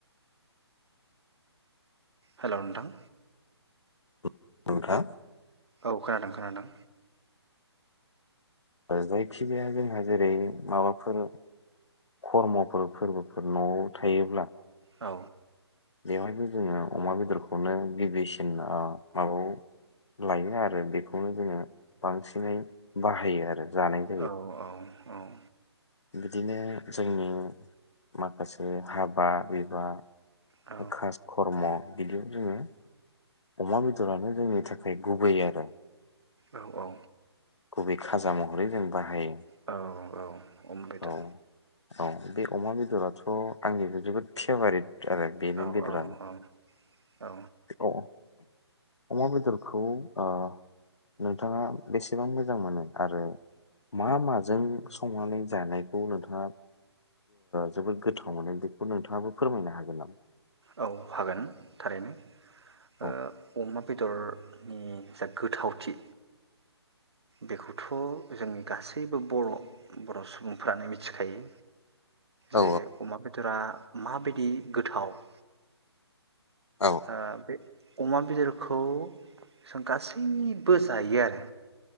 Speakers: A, on the right; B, on the left.
A: हेलौ नोंथां
B: बुं नोंथां।
A: औ खोनादों खोनादों
B: जायखिजाया जोंहा जेरै माबाफोर खर्मफोर फोरबोफोर न'आव थायोब्ला
A: औ
B: बेवहायबो जोङो अमा बेदरखौनो गिबिसिन माबायाव लायो आरो बेखौनो जोङो बांसिनै बाहायो आरो जानाय जायो।
A: औ औ औ
B: बिदिनो जोंनि माखासे हाबा बिबा
A: औ
B: खास खर्म बिदियाव जोङो अमा बेदरानो जोंनि थाखाय गुबै आरो
A: औ औ
B: गुबै खाजा महरै जों बाहायो।
A: औ औ अमा बेदर
B: औ औ बे अमा बेदराथ' आंनि जोबोद फेभारेट आरो बेनो
A: औ
B: बेदरानो।
A: औ औ औ
B: अ अमा बेदरखौ ओ नोंथाङा बेसेबां मोजां मोनो आरो मा माजों संनानै जानायखौ नोंथाङा जोबोद ओ गोथाव मोनो बेखौ नोंथाङाबो फोरमायनो हागोन नामा?
A: औ हागोन थारैनो।
B: औ
A: ओ अमा बेदर नि जा गोथावथि बेखौथ' जोंनि गासैबो बर' बर' सुबुंफ्रानो मिथिखायो
B: औ
A: जे अमा बेदरआ माबायदि गोथाव
B: औ
A: ओ बे अमा बेदरखौ जों गासैबो जायो आरो